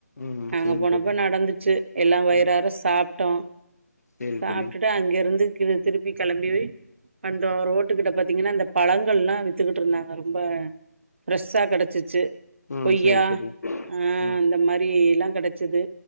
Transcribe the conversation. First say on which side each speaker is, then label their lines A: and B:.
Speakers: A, on the left; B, on the right.
A: ம்
B: நாங்க
A: சேரி
B: போனப்ப
A: தோழி
B: நடந்துச்சு எல்லா வயிறாற
A: ம்
B: சாப்பிட்டோ
A: சேரி
B: சாப்ட்டுட்டு
A: தோழி
B: அங்கிருந்து கி திருப்பி கிளம்பி போய் வந்தோ ரோட்டுக்கிட்ட பாத்தீங்கன்னா இந்த பழங்கள்லா வித்துக்கிட்டு இருந்தாங்க ரொம்ப ஃப்ரெஷ்ஷா கிடச்சிச்சு
A: ம்
B: கொய்யா
A: சேரி தோழி
B: ஆஹ்
A: ம்
B: அந்த மாரி எல்லா கிடச்சது